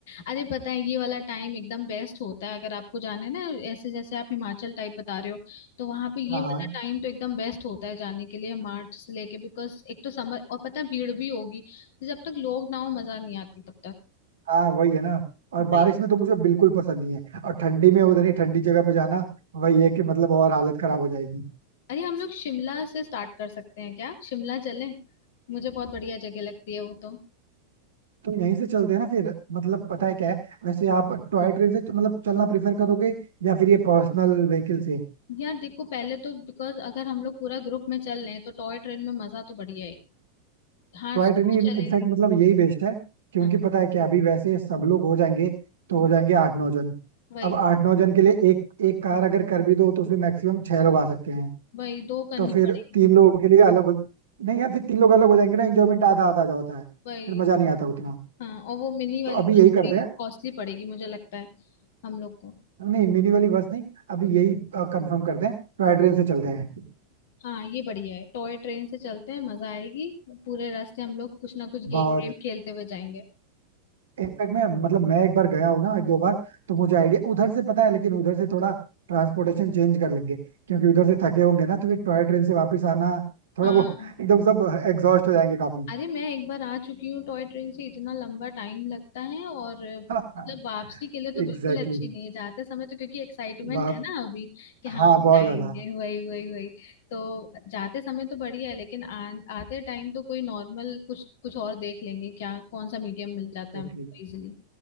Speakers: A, on the left; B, on the right.
A: अरे पता है ये वाला टाइम एकदम बेस्ट होता है अगर आपको जाना है ना ऐसे जैसे आप हिमाचल टाइप बता रहे हो तो वहां पे ये
B: हाँ
A: वाला
B: हाँ
A: टाइम तो एकदम बेस्ट होता है जाने के लिए मार्च से लेके बिकॉज एक तो समर और पता है भीड़ भी होगी तो जब तक लोग ना हो मजा नहीं आती तब तक
B: हाँ वही है ना और
A: भाई
B: बारिश में तो मुझे बिल्कुल पसंद नहीं है और ठंडी में उधर ही ठंडी जगह पे जाना वही है कि मतलब और हालत खराब हो जाएगी
A: अरे हम लोग शिमला से स्टार्ट कर सकते हैं क्या शिमला चलें मुझे बहुत बढ़िया जगह लगती है वो तो
B: तो यहीं से चलते हैं ना फिर मतलब पता है क्या है वैसे आप टॉय ट्रेन से मतलब चलना प्रेफर करोगे या फिर ये पर्सनल व्हीकल से
A: यार देखो पहले तो बिकॉज अगर हम लोग पूरा ग्रुप में चल रहे हैं तो टॉय ट्रेन में मजा तो बढ़िया आएगी हाँ
B: टॉय
A: स्लो
B: ट्रेन इनफैक्ट
A: चलेगी
B: मतलब यही बेस्ट है क्योंकि
A: हाँ
B: पता है क्या अभी वैसे सब लोग हो जाएंगे तो
A: हम्म,
B: हो जाएंगे आठ नौ जन
A: वही
B: अब आठ नौ जन के लिए एक एक कार अगर कर भी दो तो उसमें मैक्सिमम छह लोग आ सकते हैं
A: वही दो करनी
B: तो फिर
A: पड़ेगी
B: तीन लोगों के लिए अलग हो नहीं यार फिर तीन लोग अलग हो जाएंगे ना इंजॉयमेंट आधा आधा जा होता है
A: वही
B: फिर मजा नहीं आता उतना
A: हाँ और वो मिनी वाली
B: तो अभी
A: बस
B: यही करते
A: थोड़ी
B: हैं
A: कॉस्टली पड़ेगी मुझे लगता है हम लोग को
B: नहीं मिनी वाली बस नहीं अभी यही कंफर्म करते हैं टॉय ट्रेन से चलते हैं
A: हाँ ये बढ़िया है टॉय ट्रेन से चलते हैं मजा आएगी पूरे रास्ते हम लोग कुछ ना कुछ
B: बहुत
A: गेम वेम खेलते हुए जाएंगे
B: इनफैक्ट मैं मतलब मैं एक बार गया हूँ ना एक दो बार तो मुझे आइडिया उधर से पता है लेकिन उधर से थोड़ा ट्रांसपोर्टेशन चेंज कर लेंगे क्योंकि उधर से थके होंगे ना तो फिर टॉय ट्रेन से वापस आना थोड़ा
A: हाँ
B: वो <laughs> एकदम सब एग्जॉस्ट हो जाएंगे काफी
A: अरे मैं एक बार आ चुकी हूँ टॉय ट्रेन से इतना लंबा टाइम लगता है और अ, मतलब
B: <laughs>
A: वापसी के लिए तो
B: एग्जैक्टली
A: बिल्कुल अच्छी नहीं है जाते समय तो क्योंकि एक्साइटमेंट
B: वहाँ
A: है ना अभी कि हाँ
B: हाँ
A: हम
B: बहुत
A: जाएंगे
B: ज्यादा
A: वही वही वही तो जाते समय तो बढ़िया है लेकिन आ, आते टाइम तो कोई नॉर्मल कुछ कुछ और देख लेंगे क्या कौन सा मीडियम मिल जाता
B: एग्जैक्टली
A: है हमको इजिली